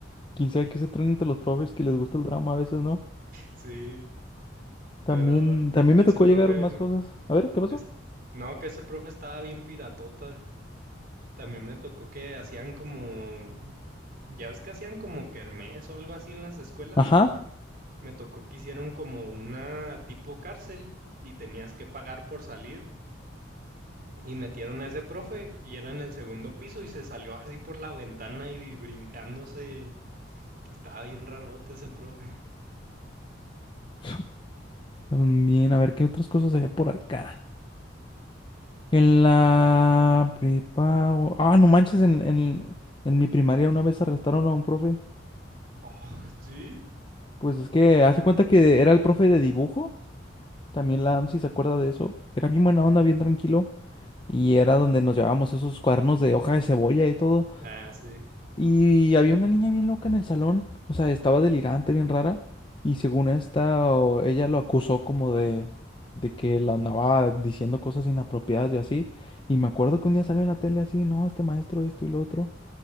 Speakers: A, on the left; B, on the right.
A: ¿Quién sabe qué se traen entre los profes que les gusta el drama a veces, ¿no?
B: Sí,
A: También,
B: pero
A: también
B: ese
A: me tocó
B: profe,
A: llegar más cosas. A ver, ¿qué pasó?
B: es- no, que ese profe estaba bien piratota. También me tocó que hacían como, ya ves que hacían como kermés o algo así en las escuelas.
A: Ajá.
B: Me tocó que hicieron como una tipo cárcel y tenías que pagar por salir. Y metieron a ese profe y era en el segundo piso y se salió así por la ventana y brincándose. Estaba bien rarote ese profe. <laughs>
A: <laughs> También, a ver, ¿qué otras cosas había por acá? En la prepa. o- Ah, no manches, en, en, en mi primaria una vez arrestaron a un profe.
B: Oh, sí.
A: Pues es que hace cuenta que era el profe de dibujo. También la AMSI se acuerda de eso. Era bien buena onda, bien tranquilo. Y era donde nos llevábamos esos cuadernos de hoja de cebolla y todo.
B: Ah, sí.
A: Y había una niña bien loca en el salón, o sea, estaba delirante, bien rara, y según esta, o- ella lo acusó como de, de que la andaba diciendo cosas inapropiadas y así, y me acuerdo que un día salió en la tele así, no, este maestro, esto y lo otro,